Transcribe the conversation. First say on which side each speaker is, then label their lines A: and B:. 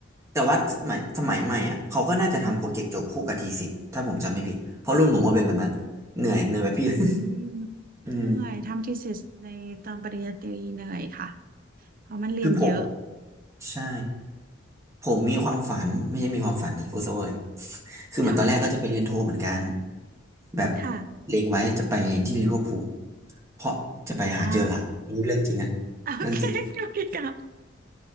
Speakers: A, on the right; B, on the right.
A: แต่ว่าสมัยสมัยใหม่อ่ะเขาก็น่าจะทำโปรเจกต์จบคู่กับทีสิทธ์ถ้าผมจำไม่ผิดเพราะรุ่นผมว่าเป็นแบบนั้นเหนื่อยเหนื่อยแบบพี่
B: ค่ะอืม
A: <laughs> อืม
B: เหนื่อยทำ thesis ในตอนปริญญาตรีเหนื่อยค่ะเพราะมันเรียนเยอะ
A: คือผมใช่ผมมีความฝันไม่ใช่มีความฝันที่พูดซะเวอร์ <laughs> คือเหมือนตอนแรกก็จะไปเรียนโทเหมือนกัน
B: ค่ะ
A: แบบ
B: ค่ะ
A: เล็งไว้จะไปเรียนที่ลิเวอร์พูลเพราะจะไปหาเจอหลักอันนี้เรื่องจริงนะ
B: อ๋อโอเคโอเคครับ
A: เรื่องจริง